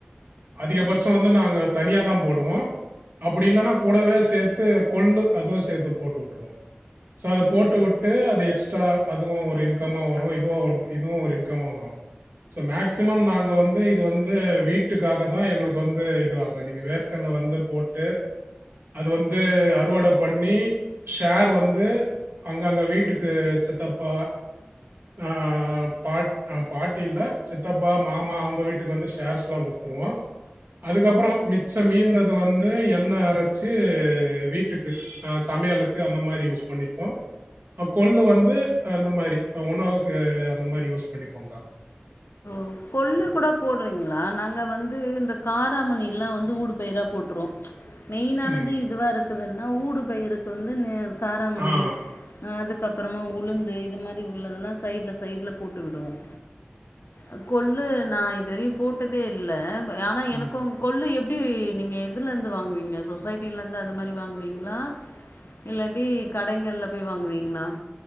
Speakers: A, on the right (about 65°); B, on the left (about 70°).
A: அதிகபட்சோ வந்து நாங்க தனியா தான் போடுவோ அப்படி இல்லனா கூடவே சேர்த் து கொல்லு அதுவு சேர்த்து போட்டு வுட்டுருவோ சோ அத
B: ம்
A: போட்டு உட்டு அது எக்ஸ் அதுவும் ஒரு இன்கம்மா வரும் இதுவும் இதுவும் ஒரு இன்கம்மா வரும் சோ மேக்சிமம் நாங்க வந்து இது வந்து வீட்டுக்காக தான் எங்களுக்கு வந்து இதுவாகு நீங்க வேர்க்கல்ல வந்து போட்டு அது வந்து து அறுவடை பண்ணி ஷேர் வந்து அங்க அங்க வீட்டுக்கு சித்தப்பா ஆ பாட் பாட்டி இல்ல சித்தப்பா மாமா அவங்க வீட்டுக்கு வந்து ஷேர்ஸ்லாம் கொடுத் தருவோம் அதுக்கப்பரொ மிச்சம் மீந்தது வந்து எண்ணெய் அரைச்சு ஏ வீட்டுக்கு ஆ சமையலுக்கு அந்த மாரி யூஸ் பண்ணிப்போ அ கொள்ளு வந்து அந்த மாரி உணவுக்கு அந்த மாரி யூஸ் பண்ணிப்போம்கா <inaudible>
B: ஓ கொள்ளு கூட போடுறீங்களா நாங்க வந்து இந்த காராமணி இல்லா வந்து ஊடு பயிரா போட்ருவோ மெயினானது
A: ம்
B: இதுவாக இருக்குதுனா ஊடு பயிருக்கு வந்துன்னு காராமணி
A: ஆ
B: அதுக்கப் ப்பறமா உளுந்து இது மாரி உள்ளதெல்லா சைடு்ல சைடுல போட்டு விடுவோம் ஆ கொள்ளு நான் இதுவரையு போட்டதே இல்ல பே ஆனா எனக்கும்
A: ம்
B: கொல்லு எப் எப்டி நீங்க எதுலந்து வாங்குவீங்க சொசைட்டிலந்து அது மாதிரி வாங்குவீங்களா இல்லாட்டி கடைங்கல்ல போய் வாங்குவீங்களா